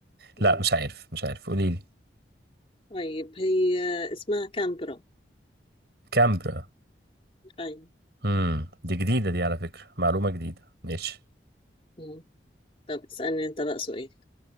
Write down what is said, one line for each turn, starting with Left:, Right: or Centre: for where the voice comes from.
Left: مم.
Right: لا مش عارف مش عارف قولي لي
Left: طيب هي اسمها كامبرا
Right: كامبرا
Left: ايوه
Right: امم دي جديده دي على فكره معلومه جديده ماشي
Left: مم. طب اسألني انت بقى سؤال